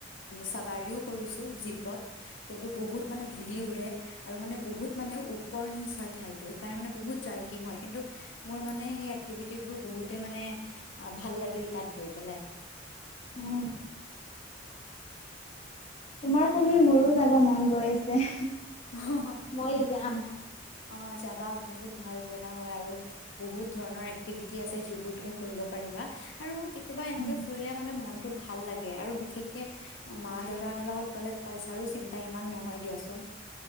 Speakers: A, on the left (about 85°); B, on the left (about 35°).
A: চাৱাৰিও কৰিছোঁ জীপত কিন্তু বহুত মানে ধূলি উৰে। আৰু মানে বহুত মানে ওপৰ নিচ হয় ঠাইটো সেইকাৰণে মানে বহুত জাৰ্কিং হয়। কিন্তু মোৰ মানে সেই এক্টিভিটি বোৰ বহুতে মানে ভাল লাগিল তাত গৈ পেলাই।
B: উমঁ। তোমাৰ
A: তাকে
B: শুনি মোৰো যাব মন গৈ আছে।
A: অঁ'
B: মই যাম
A: নাই, অঁ' যাবা বহুত ভাল জেগা হয় আৰু বহুত ধৰণৰ এক্টিভিটি আছে যিবোৰ তুমি কৰিব পাৰিবা আৰু কেতিয়াবা এনেকুৱা
B: উম
A: মানে মনটো ভাল লাগে আৰু বিশেষকে মা-দেউতাহতৰ লগত গ'লে পইচাৰো চিন্তা ইমান নহয় দিয়াচোন।